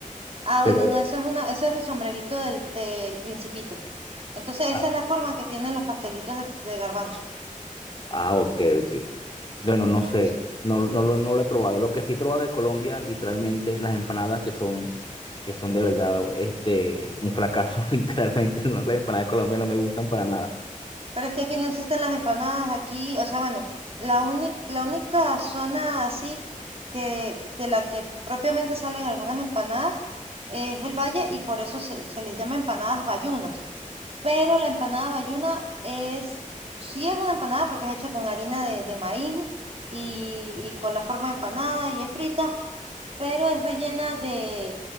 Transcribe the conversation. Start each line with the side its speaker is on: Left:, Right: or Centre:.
Right: Ah,
Left: Pero,
Right: bueno, no, eso es una, ese es el sombrerito del, del principito. Entonces, esa
Left: ah,
Right: es la forma que tienen los pastelitos de, de garbanzo.
Left: ah, ok, ok. Bueno, no sé,
Right: sí.
Left: no, no, lo no lo he probado. Lo que sí he probado de Colombia, literalmente, es las empanadas que son, que son de verdad este, un fracaso, <laughs> literalmente. No, las empanadas de Colombia no me gustan para nada.
Right: Pero es que aquí no existen las empanadas, aquí, o sea, bueno, la única, la única zona así que, de la que propiamente salen algunas empanadas es el valle y por eso se, se les llama empanadas bayunas. Pero la empanada bayuna es, sí es una empanada porque es hecha con harina de, de maíz y, y con la forma de empanada y es frita pero es rellena de